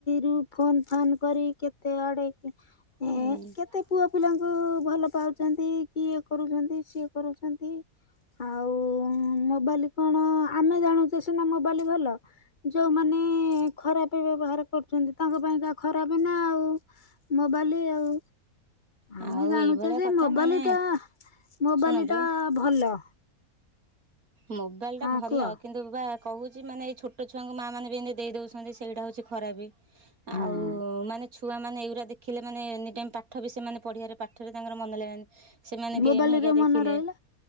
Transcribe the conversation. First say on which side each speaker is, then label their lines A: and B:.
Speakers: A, on the left; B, on the right.
A: ରୁ ଫୋନ୍ ଫାନ୍ କରି କେତେ ଆଡ଼େ କି ଏ
B: ହୁଁ
A: କେତେ ପୁଅ ପିଲାଙ୍କୁ ଭଲ ପାଉଛନ୍ତି କି ଇଏ କରୁଛନ୍ତି ସିଏ କରୁଛନ୍ତି। ଆଉ ମୋବାଲି କଣ ଆମେ ଜାଣୁଚେ ସିନା ମୋବାଲି ଭଲ। ଯୋଉମାନେ ଖରାପେ ବ୍ୟବହାର କରୁଛନ୍ତି ତାଙ୍କ ପାଇଁ କା ଖରାପେ ନା ଆଉ। ମୋବାଲି ଆଉ। ଆମେ
B: ଆଉ
A: ଜାଣୁଛେ
B: ଏଇଭଳିଆ
A: ଯେ
B: କଥା
A: ମୋବାଲି
B: ମାନେ
A: ଟା ମୋବାଲି
B: ଶୁଣନ୍ତୁ
A: ଟା ଭଲ।
B: ମୋବାଇଲ୍ ଟା
A: ହଁ
B: ଭଲ
A: କୁହ
B: କି ନ୍ତୁ କହୁଛି ମାନେ ଏଇ ଛୋଟ ଛୁଆଙ୍କୁ ମା ମାନେ ବି ଏମିତି ଦେଇ ଦଉଛନ୍ତି ସେଇଟା ହଉଛି ଖରାପେ।
A: ହଁ
B: ଆଉ ମାନେ ଛୁଆ ମାନେ ଏଗୁରା ଦେଖିଲେ ମାନେ ଏନି ଟାଇମ୍ ପାଠ ବି ସେମାନେ ପଢ଼ିବାରେ ପାଠ ବି ତାଙ୍କର ମନେ ଲାଗିବନି। ସେମାନେ
A: ମୋବାଇଲରେ
B: ଗେମ୍ ହେରିକା
A: ମନ
B: ଦେଖିଲେ
A: ରହିଲା